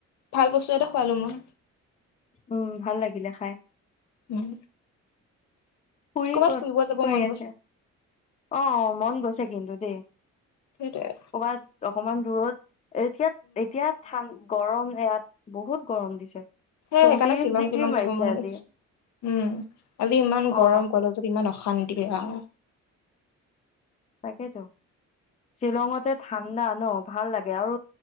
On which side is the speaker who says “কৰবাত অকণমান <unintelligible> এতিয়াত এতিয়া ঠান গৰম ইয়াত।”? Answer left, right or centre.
Left